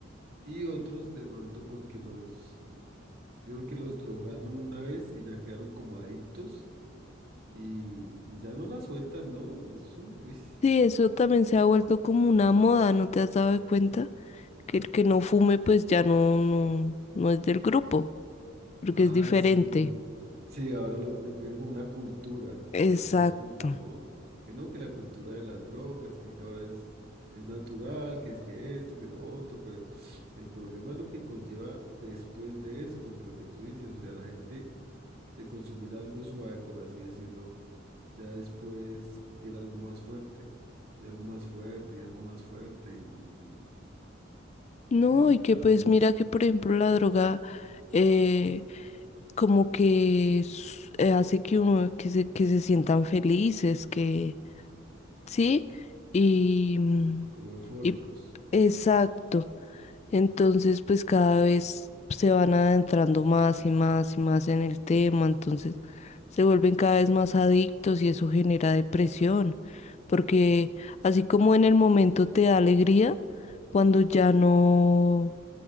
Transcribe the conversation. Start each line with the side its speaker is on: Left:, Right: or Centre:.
Right: y otros de pronto porque los Yo creo que los drogaron una vez y ya quedaron como adictos y, y ya no la sueltan, ¿no? Eso es un... uy.
Left: Sí, eso también se ha vuelto como una moda, ¿no te has dado cuenta? Que el que no fume pues ya no, no, no es del grupo, porque
Right: Ah,
Left: es diferente.
Right: sí. Sí, ahora lo, lo quieren como una cultura,
Left: Exacto.
Right: por así decirlo, ¿no? Que no, que la cultura de las drogas, que es que ahora es, es natural, que es que esto, que lo otro, pero el problema es lo que conlleva después de eso, porque lo que tú dices, o sea, la gente de consumir algo suave, por así decirlo, Ya después quiere algo más fuerte, y algo más fuerte, y algo más fuerte, y y
Left: No,
Right: es delicado,
Left: y que pues mira que por ejemplo la droga eh, como que s- eh, hace que uno que se, que se sientan felices, que sí, y, mm,
Right: como eufóricos.
Left: y Exacto. Entonces, pues cada vez se van adentrando más y más y más en el tema, entonces se vuelven cada vez más adictos y eso genera depresión, porque así como en el momento te da alegría, cuando ya no,